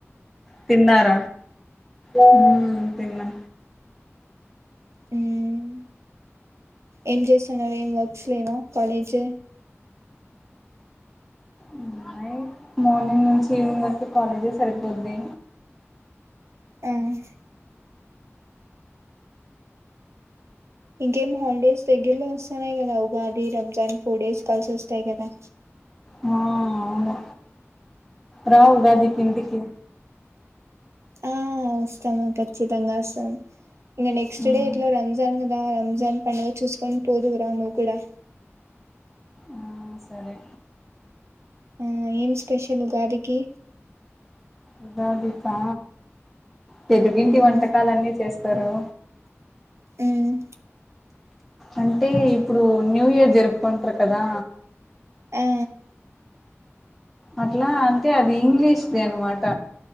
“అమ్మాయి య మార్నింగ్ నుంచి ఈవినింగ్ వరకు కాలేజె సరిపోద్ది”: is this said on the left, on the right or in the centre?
Centre